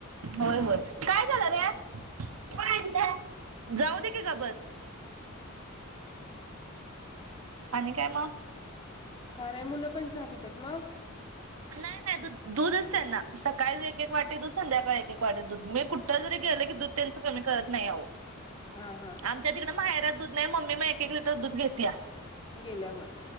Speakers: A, on the right (about 80°); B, on the left (about 25°).
A: होय होय काय झालं रे? जाऊ दे की गब बस. आणि काय म?
B: का नाहीय मुलं पण चाहा पित्यात मग?
A: नाय नाय. द दूध असते ना सकाळी एक एक वाटी दूध संध्याकाळी एक एक वाटी दूध मी कुठं जरी गेलं की दूध त्यांचं कमी करत नाही आहो.
B: हा हा
A: आमच्या तिकडंक माहेरात दूध नायी. मम्मी मग एक एक लिटर दूध घेतीया.
B: गेल्यावर